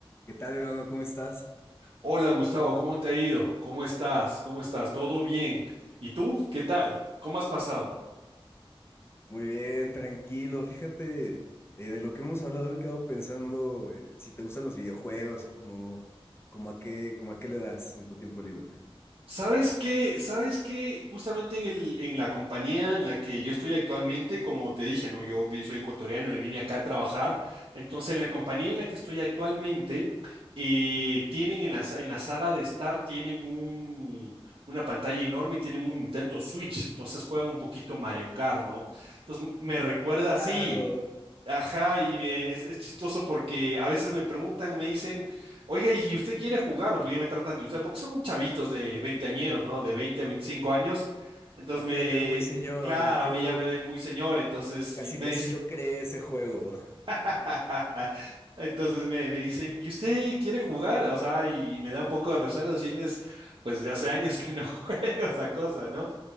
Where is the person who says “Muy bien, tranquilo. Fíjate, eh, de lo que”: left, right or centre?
Left